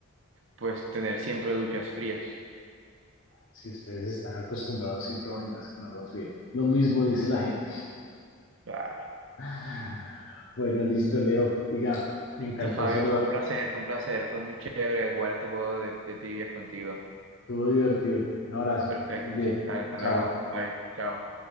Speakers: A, on the right; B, on the left.
A: pues tener siempre duchas frías.
B: Si ustedes están acostumbrados siempre a bañarse con agua fría. Lo mismo dice la gente.
A: Claro.
B: <sighs> Bueno, listo, Leo. Oiga, me
A: Listo,
B: encantó
A: Fabio,
B: saludar.
A: fue un placer, fue un placer, fue muy chévere jugar este juego de, de trivias contigo.
B: Estuvo divertido. Un abrazo.
A: Perfecto,
B: Que estés bien.
A: sí. Dale, Hasta
B: Chao.
A: luego. Bye. Chao.